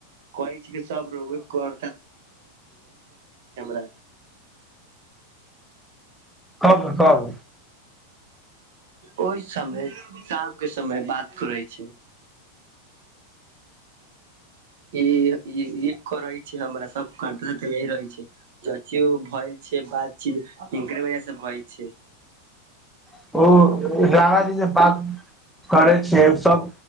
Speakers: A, on the right; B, in the centre.
A: कहै छै सब रौए कर <unintelligible>
B: कब कब
A: ओहि समय शाम के समय बात करै छै ई एक करै छै हमरा सब कट तऽ यही रहै छै चथ भय छै बाज छै हनक बाज से भय छै
B: <unintelligible> करै छै सब